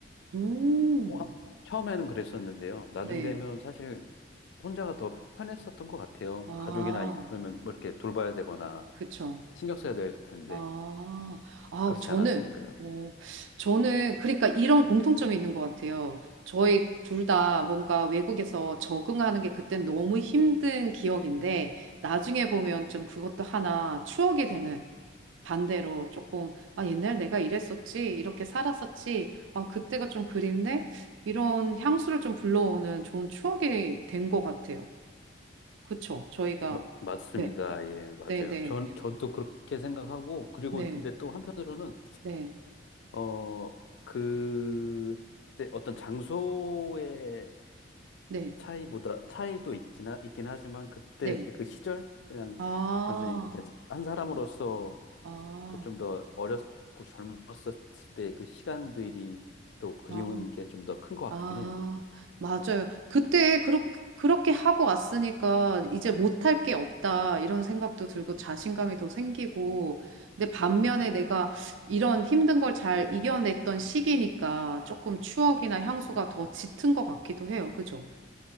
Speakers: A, on the right; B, on the left.
A: 음,
B: 어, 하- 처음에는 그랬었는데요. 나중
A: 네.
B: 되면 사실 혼자가 더 편했었던 것 같아요.
A: 아,
B: 가족이나 있고 그러면 뭐 이렇게 돌봐야 되거나
A: 그쵸.
B: 신경 써야 될 텐데,
A: 아, 아,
B: 그렇지
A: 저는,
B: 않았으니까요.
A: 어, 저는, 그러니까 이런 공통점이 있는 것 같아요. 저희 둘 다 뭔가 외국에서 적응하는 게 그땐 너무 힘든 기억인데, 나중에 보면 좀 그것도 하나 추억이 되는 반대로 조금, 아, 옛날 내가 이랬었지, 이렇게 살았었지, 아, 그때가 좀 그립네? 이런 향수를 좀 불러오는 좋은 추억이 된 것 같아요. 그쵸? 저희가,
B: 마- 맞습니다.
A: 네,
B: 예, 맞아요.
A: 네, 네,
B: 전, 저도 그렇게 생각하고, 그리고
A: 네,
B: 근데 또 한편으로는,
A: 네,
B: 어, 그때 어떤 장소의
A: 네,
B: 차이보다, 차이도 있긴, 하, 있긴 하지만, 그때
A: 네.
B: 그 시절? 그냥
A: 아,
B: 단순히 이제 한 사람으로서
A: 아,
B: 그 좀 더 어렸고 젊었을 때 그 시간들이 또 그리운
A: 아.
B: 게 좀 더 큰 것
A: 아,
B: 같긴 해요.
A: 맞아요. 그때 그렇, 그렇게 하고 왔으니까 이제 못할 게 없다 이런 생각도 들고 자신감이 더 생기고 근데 반면에
B: 음,
A: 내가 이런 힘든 걸 잘 이겨냈던 시기니까 조금 추억이나 향수가 더 짙은 것 같기도 해요. 그죠?